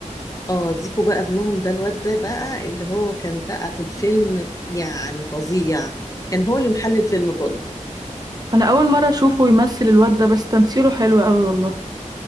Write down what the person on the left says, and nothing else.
اه زيكو بقى ابنهم ده الواد ده بقى اللي هو كان بقى في الفيلم يعني فظيع كان هو اللي محل الفيلم كله